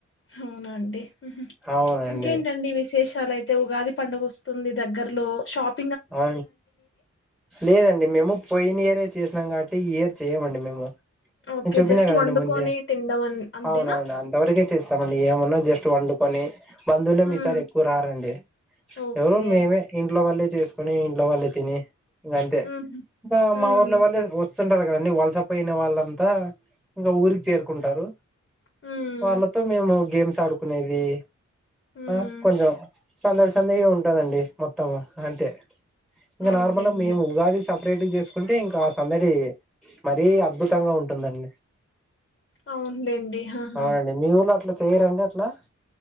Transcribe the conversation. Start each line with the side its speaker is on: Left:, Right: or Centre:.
Left: అవునండి ఉహు
Centre: అవునండి
Left: ఇంకేంటండి విశేషాలయితే ఉగాది పండుగ వస్తుంది దగ్గరలో షాప్
Centre: అ లేదండి మేము పోయిన ఇయరే చేసినాం కాబట్టి ఈ ఇయర్ చేయమండి మేము
Left: ఓకే
Centre: నేను చెప్పిన
Left: జస్ట్
Centre: కదా
Left: వండుకొని
Centre: అండి ముందే
Left: తినడం అన్- అంతేనా
Centre: అవునవును అంతవరకే చేస్తామండి ఏమన్నా జస్ట్ వండుకొని బంధువులే ఏమీ
Left: ఉమ్,
Centre: ఇసారి ఎక్కువ రారండి
Left: ఓకే
Centre: ఎవరు మేమే ఇంట్లో వాళ్లే చేసుకొని ఇంట్లో వాళ్ళే తిని గంతే
Left: ఉమ్,
Centre: ఇంకా మా
Left: ఉమ్,
Centre: ఊర్లో ఎవలు లేరు దోస్తులు వస్తుంటారు కదా వలస పోయిన వాళ్ళంతా ఇంకా ఊరికి చేరుకుంటారు
Left: ఉమ్,
Centre: వాళ్ళతో మేము గేమ్స్ ఆడుకునేది
Left: ఉమ్,
Centre: ఆ కొంచెం సందడి సందిగా ఉంటుందండి మొత్తము అంతే ఇంకా
Left: అవునులేండి
Centre: నార్మల్ గా మేము ఉగాది సపరేట్ చేసుకుంటే ఇంకా సందడి మరీ అద్భుతంగా ఉంటుందండి
Left: అవునులేండి ఆహా.
Centre: అవును అండి మీ ఊర్ల అట్లా చేయరండి అట్లా